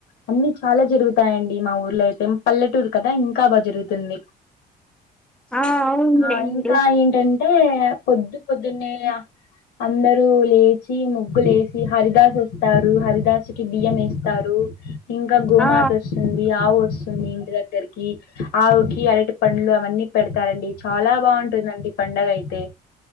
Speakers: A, on the left; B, in the centre.
A: అన్నీ చాలా జరుగుతాయండి మా ఊర్లో అయితే పల్లెటూరు కదా ఇంకా బాగ జరుగుతుంది.
B: ఆ అవునులేండి
A: ఆ ఇంకా ఏంటం ఏ పొద్దు పొద్దున్నే అందర్ ప లేచి ముగ్గులేసి హరిదాస్ వస్తారు హరిదాసు కి బియ్యం వేస్తారు ఇంకా గోమాత
B: ఆ
A: వస్తుంది ఆవు వస్తుంది ఇంటి దగ్గరికి ఆవుకి అరటి పండ్లు అవన్నీ పెడతారండి చాలా బాగుంటుందండి పండగ అయితే